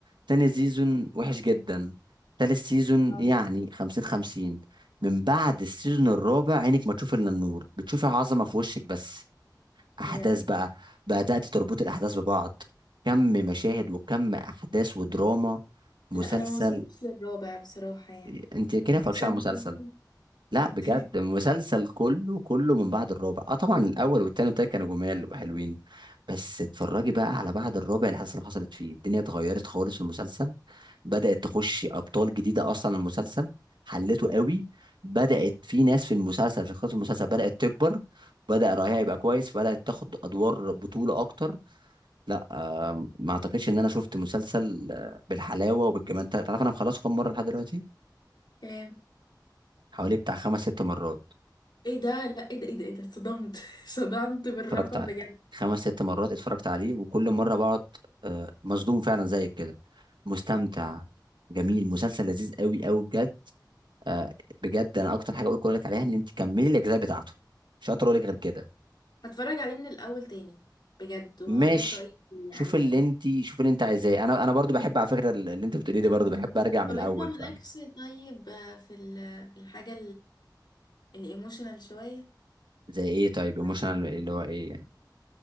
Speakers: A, on the right (about 80°); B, on the left (about 70°).
A: تاني سيزون وحش جدا تالت سيزون
B: اه
A: يعني خمسين خمسين من بعد السيزون الرابع عينك ما تشوف الا النور بتشوفي عظمه في وشك بس احداث
B: بجد
A: بقى بدات تربط الاحداث ببعض كم مشاهد وكم احداث ودراما مسلسل
B: لا انا ما وصلتش للرابع بصراحة يعني
A: إيه، انت كده مفكش
B: عشان
A: على المسلسل
B: كان
A: لا بجد
B: <laughs>
A: مسلسل كله كله من بعد الرابع اه طبعا الاول والتاني والتالت كانوا جمال وحلوين بس اتفرجي بقى على بعد الرابع الحادثه اللي حصل حصلت فيه الدنيا اتغيرت خالص في المسلسل بدات تخش ابطال جديده اصلا المسلسل حلته قوي بدات في ناس في المسلسل في خط المسلسل بدات تكبر بدا رايها يبقى كويس فبدات تاخد ادوار بطوله اكتر لا آه ما اعتقدش ان انا شفت مسلسل آه، بالحلاوه وبالجمال تعرف انا مخلصه كام مره لحد دلوقتي
B: كام
A: حوالي بتاع خمس ست مرات
B: ايه ده لا ايه ده ايه ده ايه ده اتصدمت <laughs> صدمت بالرقم
A: اتفرجت عليه
B: بجد
A: خمس ست مرات اتفرجت عليه وكل مرة بقعد آه، مصدوم فعلا زيك كده مستمتع جميل مسلسل لذيذ قوي قوي بجد آه، بجد انا اكتر حاجة اقول لك عليها ان انت كملي الاجزاء بتاعته مش هقدر اقول لك غير كده
B: هتفرج عليه من الاول تاني بجد وهقول
A: ماشي
B: لك رأيي فيه يعني
A: شوف اللي انت شوف اللي انت عايزاه انا انا برضو بحب على فكرة اللي انت بتقوليه ده برضو بحب ارجع من
B: طب
A: الاول
B: انت مالكش
A: فاهم
B: طيب في ال- في الحاجة الايموشنال شوية
A: زي ايه طيب ايموشنال
B: ولا
A: اللي هو ايه يعني